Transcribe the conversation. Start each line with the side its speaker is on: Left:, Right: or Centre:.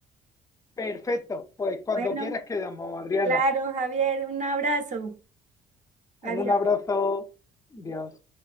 Left: Perfecto, pues cuando
Right: Bueno,
Left: quieras quedamos, Adriana.
Right: claro, Javier, un abrazo. Adiós.
Left: Un abrazo, Dios.